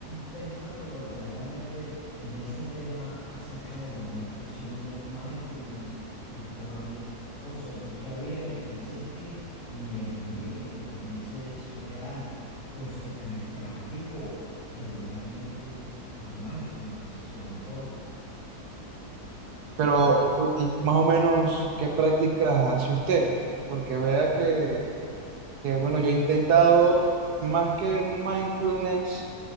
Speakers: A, on the left; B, on the right.
A: pensando verdaderamente en este tema acerca de la meditación y el mindfulness, el cual observé que había interés en ti y en mí el interés es real, puesto que practico regularmente el mindfulness, sobre todo.
B: Pero, o- o- y más o menos, ¿qué prácticas hace usted? Porque vea que, que, bueno, yo he intentado más que mindfulness,